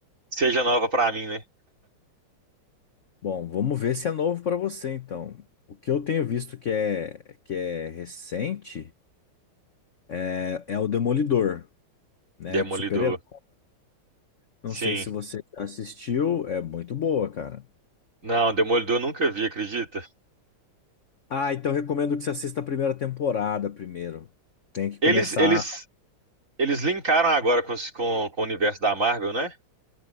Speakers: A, on the right (about 35°); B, on the left (about 50°).
A: que seja nova pra mim, né?
B: Bom, vamos ver se é novo pra você, então. O que eu tenho visto que é, que é recente é, é o Demolidor, né?
A: Demolidor.
B: De super-herói. Não
A: Sim.
B: sei se você assistiu, é muito boa, cara.
A: Não, Demolidor eu nunca vi, acredita?
B: Ah, então recomendo que você assista a primeira temporada primeiro. Tem que
A: Eles,
B: começar.
A: eles, eles linkaram agora com, os- com, com o universo da Marvel, né?